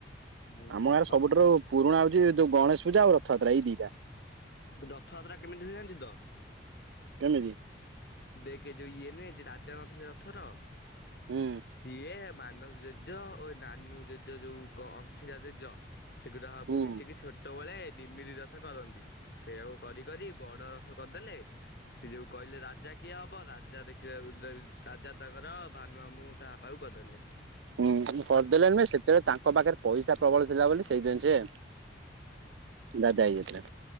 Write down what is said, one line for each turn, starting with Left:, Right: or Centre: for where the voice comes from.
Left: ହୁଁ
Right: ଆମ ଗାଁରେ ସବୁଠାରୁ ପୁରୁଣା ହଉଛି ଯୋଉ ଗଣେଶ ପୂଜା ଆଉ ରଥଯାତ୍ରା ଏଇ ଦିଟା।
Left: ରଥଯାତ୍ରା କେମିତି ହୁଏ ଜାଣିଛୁତ।
Right: କେମିତି
Left: ଦେଖେ ଯୋଉ ଇଏ ନୁହେଁ ଯିଏ ରାଜା ନଥିଲେ ରଥର
Right: ହୁଁ
Left: ସିଏ। ମାନସ ଜେଜ ଓ ନାନୁ ଜେଜ ଯୋଉ କ ଅଂଶୀରା ଜେଜ। ସେଗୁରାସବୁ
Right: ହୁଁ।
Left: ମିଶିକି ଛୋଟବେଳେ। ଡିମିରି ରଥ କରନ୍ତି ସେଇଆକୁ କରି କରି ବଡ ରଥ କରିଦେଲେ ସେ ଯୋଉ କହିଲେ ରାଜା କିଏ ହବ ରାଜା ଦେଖି ରାଜା ତାଙ୍କର ଭାନୁଆମୁଁ ତା ବାପାକୁ କରିଦେଲେ।
Right: ହୁଁ କରିଦେଲେଣି ନାଁ ସେତେବେଳେ ତାଙ୍କ ପାଖରେ ପଇସା ପ୍ରବଳ ଥିଲା ବୋଲି ସେଥି ପାଇଁ ସେ। ଦାଦା ହେଇଯାଇଥିଲେ।